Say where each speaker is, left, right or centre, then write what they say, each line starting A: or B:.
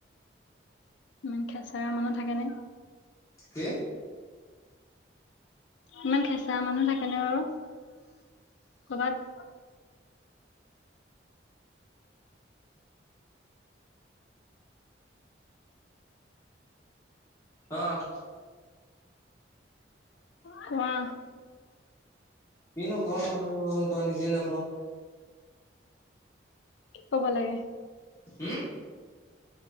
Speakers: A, on the left (about 80°); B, on the left (about 15°).
A: ইমান খেচৰা মানুহ থাকে নে
B: কি
A: ইমান খেঁচা মানুহ থাকে তেনে আৰু কৰ'বাত
B: অহ
A: কোৱা
B: কি নো কম আৰু ত নিজে ন ক
A: ক'ব লাগে
B: হ